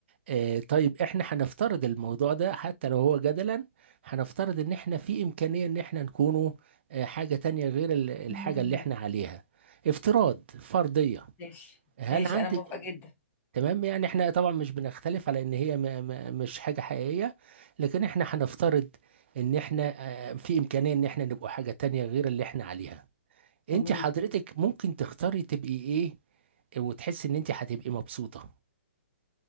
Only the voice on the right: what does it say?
آه طيب إحنا هنفترض الموضوع ده حتى لو هو جدلا هنفترض إن إحنا في إمكانية إن إحنا نكونوا آه حاجة تانية غير ال- الحاجة
اللي إحنا عليها افتراض فرضية
هل
عندك
تمام يعني إحنا طبعا مش بنختلف على إن هي م... م... مش حاجة حقيقية لكن إحنا هنفترض إن إحنا آه في إمكانية إن إحنا نبقى حاجة تانية غير اللي إحنا عليها
انت حضرتك ممكن تختاري تبقي ايه وتحسي ان انت هتبقي مبسوطة